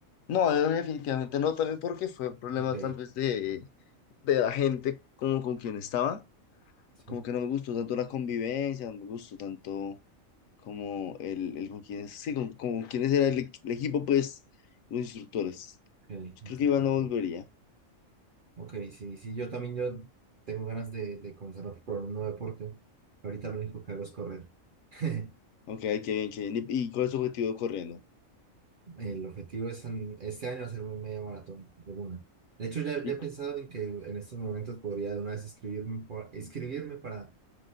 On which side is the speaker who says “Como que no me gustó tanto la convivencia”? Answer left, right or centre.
Left